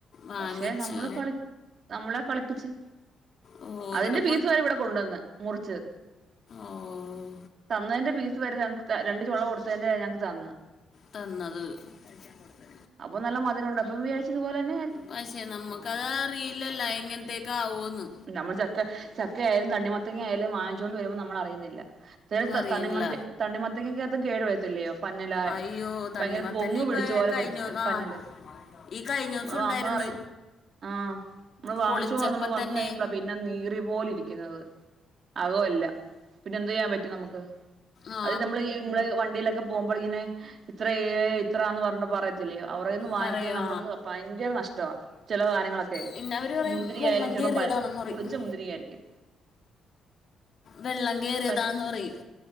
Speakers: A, on the left (about 50°); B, on the right (about 55°).
A: വാങ്ങിച്ചു
B: പക്ഷെ നമ്മള് കളി നമ്മളെ കളിപ്പിച്ച്
A: ഓ
B: അതിന്റെ
A: ഇവിടെ
B: പീസ് വരെ ഇവിടെ കൊണ്ടുവന്ന് മുറിച്ച്
A: ഓഹ്
B: തന്നതിന്റെ പീസ് വരെ രണ്ട് ചൊള കൊടുത്തതിന്റെറെ ഞങ്ങക്ക് തന്നു
A: തന്നത് കഴിക്കാൻ കൊടുത്തേ
B: അപ്പൊ നല്ല മധുരണ്ട് അപ്പൊ വിചാരിച്ച് ഇത്പോലെന്നെ
A: പക്ഷെ നമ്മുക്കത് അറിയില്ലല്ലോ എങ്ങനത്തേക്ക ആവൂന്ന്
B: നമ്മള് ചക്ക ചക്ക ആയാലും തണ്ണിമത്തങ്ങ ആയാലും വാങ്ങിച്ചോണ്ട് വരുമ്പോ നമ്മള് അറിയുന്നില്ല താ
A: അറിയില്ല
B: തണ്ണിമത്ത തണ്ണിമത്തങ്ങക്കകത്തും കേടു വരത്തില്ലയോ പന്നലായ്
A: അയ്യോ തണ്ണിമത്തന്നെ
B: ഭയങ്കര പൊങ്
A: ഇപ്പൊ
B: പിടിച്ച പോലെ
A: കഴിഞ്ഞ
B: വൃ
A: ആ
B: പന്നല്
A: ഈ കഴിഞ്ഞ ദിവസം
B: ഇവടെ
A: ഉണ്ടായിരുന്നു
B: അമ്മ പറയും ആഹ് നമ്മള് വാങ്ങിച്ചു
A: പൊളിച്ചപ്പോ
B: <unintelligible> നമ്മള് വന്ന്
A: തന്നെ
B: കഴിയുമ്പള പിന്നെ പിന്നെ നീറി പോല ഇരിക്കുന്നത് അതോല്ല പിന്നെ എന്ത് ചെയ്യാൻ പറ്റും നമുക്ക്
A: ആ
B: അത് നമ്മള് ഈ മ്മള് വണ്ടിയിലൊക്കെ പോകുമ്പോൾ ഇങ്ങനെ ഇത്ര ഇത്രന്ന് പറഞ്ഞ പറയ ത്തില്ലയോ അവരെന്ന് വാങ്ങിക്കുമ്പോ
A: പറയാ
B: നമള്ക്ക് ഭയങ്കര നഷ്ടവ ചില സാധാനങ്ങളൊക്കെ.
A: പിന്നെ അവര് പറയും
B: മുന്തിരി
A: വെള്ളം
B: ആയാലും ചിലപ്പോ
A: കയറിയതാണെന്ന്
B: പ
A: പറയും
B: പുളിച്ച മുന്തിരിങ്ങയായിരിക്കും.
A: വെള്ളം കേറിയതാന്ന്
B: പ
A: പറയും.